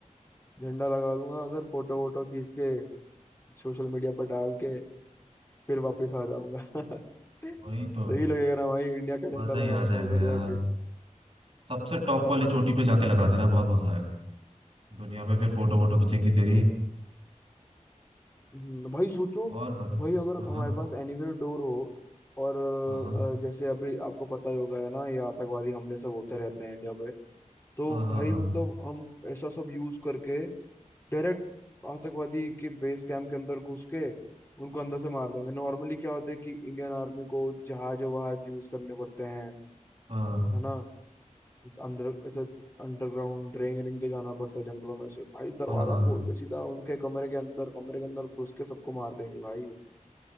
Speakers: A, on the left; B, on the right.
A: झंडा लगा दूंगा उधर फोटो वोटो खींच के सोशल मीडिया पर डाल के फिर वापस आ जाऊंगा <laughs> सही
B: वही तो
A: लगेगा ना भाई इंडिया का झंडा
B: मजा ही
A: लगाऊंगा
B: आ जाएगा
A: उधर
B: यार
A: जाके
B: सबसे टॉप वाले चोटी पे जाके लगा देना बहुत मजा आएगा दुनिया में फिर
A: हम्म,
B: फोटो वोटो खींचेंगी तेरी
A: हम्म, भाई सोचो
B: और मजा
A: भाई अगर
B: हाँ हाँ
A: हमारे पास एनीवेयर डोर हो और
B: हाँ
A: अ, जैसे अभी आपको पता ही होगा है ना ये आतंकवादी हमले सब होते रहते हैं इंडिया पे तो
B: हाँ हाँ
A: भाई मतलब हम ऐसा सब यूज करके डायरेक्ट आतंकवादी के बेस कैंप के अंदर घुस के उनको अंदर से मार देंगे नॉर्मली क्या होता है कि इंडियन आर्मी को जहाज वहाज यूज करने पड़ते हैं
B: हाँ
A: है ना अंदर ऐसे अंडरग्राउंड ड्रेन रेंग के जाना पड़ता है जंगलों में से भाई दरवाजा
B: हाँ हाँ
A: खोल के सीधा उनके कमरे के अंदर कमरे के अंदर घुस के सबको मार देंगे भाई